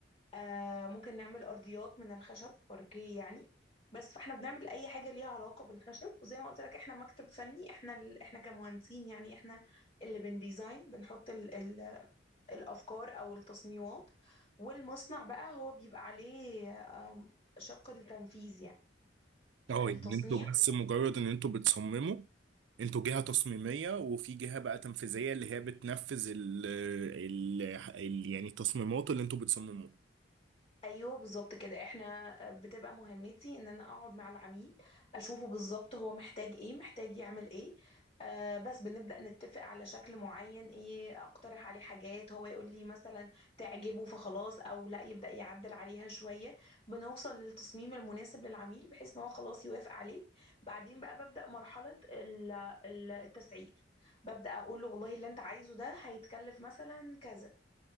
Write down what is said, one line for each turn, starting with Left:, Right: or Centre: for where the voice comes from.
Left: آه ممكن نعمل أرضيات من الخشب باركيه يعني بس فاحنا بنعمل أي حاجة ليها علاقة بالخشب وزي ما قلت لك احنا مكتب فني احنا ال... احنا كمهندسين يعني احنا اللي بنديزاين بنحط ال... ال... الأفكار أو التصميمات والمصنع بقى هو بيبقى عليه آم، شق التنفيذ يعني
Right: اه
Left: التصنيع
Right: يعني انتوا بس مجرد ان انتوا بتصمموا انتوا جهة تصميمية وفي جهة بقى تنفيذية اللي هي بتنفذ ال ال ال- يعني التصميمات اللي انتوا بتصمموها
Left: ايوه بالظبط كده احنا بتبقى مهمتي ان انا اقعد مع العميل اشوفه بالظبط هو محتاج ايه محتاج يعمل ايه آه بس بنبدأ نتفق على شكل معين ايه اقترح عليه حاجات هو يقول لي مثلا تعجبه فخلاص او لا يبدأ يعدل عليها شوية بنوصل للتصميم المناسب للعميل بحيث ان هو خلاص يوافق عليه بعدين بقى ببدأ مرحلة ال- ال- التسعير ببدأ اقول له والله اللي انت عايزه ده هيتكلف مثلا كذا